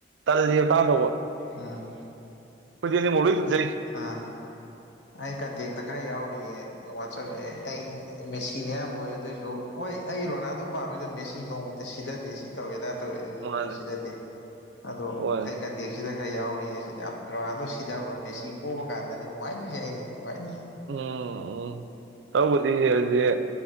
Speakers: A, on the right; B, on the left.
A: ꯇꯜꯂꯤꯌꯦ ꯇꯥꯗꯧꯕ ꯑꯩꯈꯣꯏꯗꯤ
B: ꯎꯝ
A: ꯑꯅꯤꯃꯛ ꯂꯣꯏ ꯐꯖꯩ
B: ꯍꯥ ꯑꯩ ꯀꯟꯇꯦꯛꯇ ꯈꯔ ꯌꯥꯎꯔꯤꯌꯦ ꯋꯥꯆꯞ ꯑꯦ ꯑꯩ ꯃꯦꯁꯤꯅ ꯑꯌꯥꯝꯕ ꯑꯣꯏ ꯑꯗꯣꯏꯖꯨ ꯍꯣꯏ ꯑꯩ ꯔꯣꯅꯥꯜꯗꯣ ꯄꯥꯝꯃꯤ ꯑꯗꯣ ꯃꯦꯁꯤ ꯅꯣꯡꯃꯥꯇ ꯁꯤꯗꯗꯤ ꯁꯤ ꯇꯧꯋꯦ ꯑꯗꯥ ꯇꯧꯌꯦꯗꯨ
A: ꯃꯥꯅꯦ
B: ꯁꯤꯗꯗꯦ ꯑꯗꯣ
A: ꯍꯣꯏ
B: ꯀꯩ ꯀꯟꯇꯦꯛꯁꯤꯗ ꯈꯔ ꯌꯥꯎꯔꯤꯌꯦ ꯁꯤꯗ ꯌꯥꯝ ꯇ꯭ꯔꯣꯅꯥꯜꯗꯣ ꯁꯤꯗꯕ ꯃꯦꯁꯤ ꯄꯣꯛꯕ ꯀꯥꯟꯗꯅꯤ ꯅꯨꯡꯉꯥꯏꯗꯣꯏꯖꯦ ꯑꯩꯅ ꯅꯨꯡꯉꯥꯏꯅꯤ
A: ꯎꯝ ꯎꯝ ꯇꯧꯕꯨꯗꯤ ꯑꯗꯨꯗꯤ